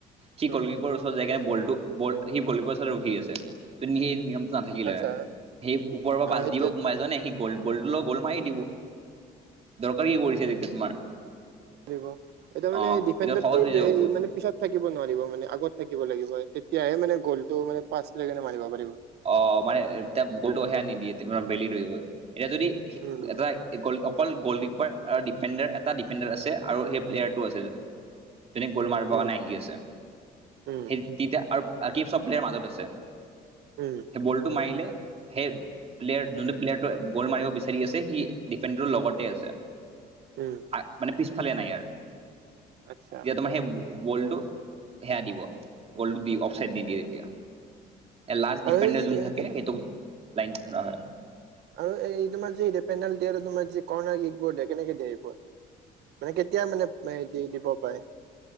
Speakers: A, on the right; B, on the right.
A: সি
B: উম
A: গ'লকিপৰৰ ওচৰত যায় কিনে বলটো
B: উম
A: বল সি গলিপাৰৰ উচৰত ৰখি আছে হা তো সেই নিয়মটো নাথাকিলে
B: আচ্ছা
A: হয় সেই ওপৰৰ পৰা
B: অ
A: পাছ
B: সেইটোৱেটো
A: দিব কোনোবা এজনে সি বলটো লৈ গ'ল মাৰি দিব দৰকাৰ কি কৰিছে তেতিয়া তোমাৰ
B: দিব এতিয়া
A: অ
B: মানে ডিফেণ্ডাৰটো
A: এইটো সহজ হৈ
B: হেৰি
A: যাব বহুত
B: মানে পিছত থাকিব নোৱাৰিব মানে আগত থাকিব লাগিব তেতিয়াহে মানে গ'লটো মানে পাচ লৈ কেনে মাৰিব পাৰিব
A: অ মানে গলটো সেয়া নিদিয়ে বেলি ধৰিব এতিয়া যদি
B: উম
A: এটা গল অকল গ'লকিপাৰ আৰু ডিফেণ্ডাৰ এটা ডিফেণ্ডাৰ আছে আৰু সেই প্লেয়াৰ টো আছে তেনে গ'ল মাৰিবৰ
B: উম
A: কাৰণে আহি আছে
B: উম
A: সেই তেতিয়া আৰু কি সব প্লেয়াৰ মাজত আছে
B: উম
A: সেই বলটো মাৰিলে হেই প্লেয়াৰ যোনটো প্লেয়াৰটো গ'ল মাৰিব বিচাৰি আছে সি ডিফেণ্ডাৰৰ লগতে আছে
B: উম
A: আ মানে পিছফালে নাই আৰ।
B: আচ্ছা
A: এতিয়া তোমাৰ সেই ব- গ'লটো সেয়া দিব। গ'লটো দি অফ চাইড দি দিয়ে এতিয়া। লাষ্ট ডিফেণ্ডাৰ
B: আৰু সেই
A: যোন
B: যে
A: থাকে সেইটো লাইন ধৰা হয়।
B: আৰু এই তোমাৰ যি পেনাল্টি আৰু তোমাৰ যি কৰ্ণাৰ কি লীগবোৰ দিয়ে কেনেকে দিয়ে এইবোৰ? মানে কেতিয়া মানে দি দিব পাৰে?